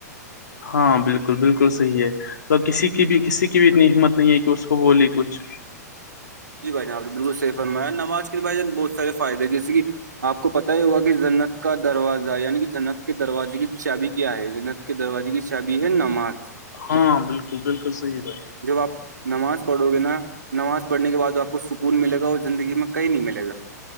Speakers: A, on the left; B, on the right.
A: ہاں بالکل بالکل صحیح ہے تو کسی کی بھی کسی کی بھی اتنی ہمت نہیں ہے کہ اس کو بولی کچھ
B: جی بائی آپ نے بالکل س فرمیا نماز کے بھائی بہت سے فائدے ہیں جیے کہ آپ کو پتا ہی ہوگا کہ جنت کا دروازہ یعنی کہ جنت کے دروازے کی چابی کیا ہے جنت کے دروازے کی شادی ہے نماز
A: ہاں بالکل بالکل صحیح ہے بھائی
B: جب آپ نماز پڑھو گے نا نماز پڑنے کے بعد آپ کو سکون ملے اور زندگی میں کہیں نہیں ملے